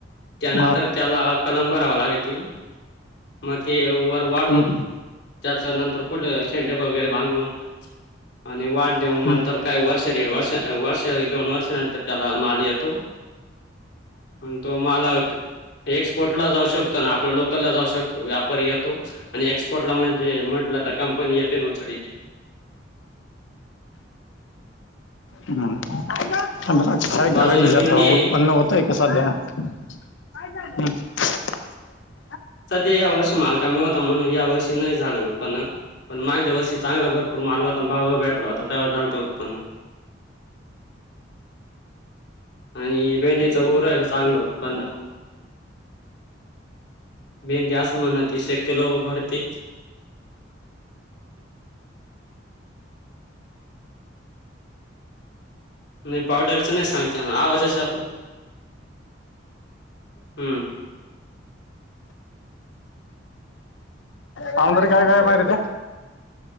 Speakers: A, on the left; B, on the left.
A: त्यानंतर
B: हा.
A: त्याला कलंगडवाला यकी मिरची व्व वाढून
B: हं.
A: त्याच नंतर पुढं शेंडे वगैरे बांगून आणि वाढ देऊन नंतर
B: हं.
A: काही वर्ष दीड वर्ष वर्ष ये दोन वर्षानंतर त्याला माल येतो आणि तो मालक एक्सपोर्ट ला जाऊ शकतो ना आपल्या लोकल ला जाऊ शकतो व्यापारी येतो तो आणि एक्सपोर्ट ला मध्ये म्हटलं तर कंपनी ते उचळी
B: हम. राय का
A: बाजूला
B: का हचा
A: भेंडी
B: थोड
A: आहे
B: उत्पन्न होतय कसाध्या हं <unintelligible> झ्याक. ट. ट <unintelligible>
A: सध्या या वर्षी माल कमी होता, म्हणून या वर्षी नाही झाले उत्पन्न, पण मागल्या वर्षी चांगलं भरपूर माल व्हता अन भाव भेटला होता. तव झालतं उत्पन्न. आणि भेंडीच होउ राहिला चांगलं होत उत्पन्न, भेंडी असं म्हण ती शेकल भरते- नाही पावडरच नाही सांग की, आवाजेचे आप हम्म-
B: पाउडर काय काय मारित-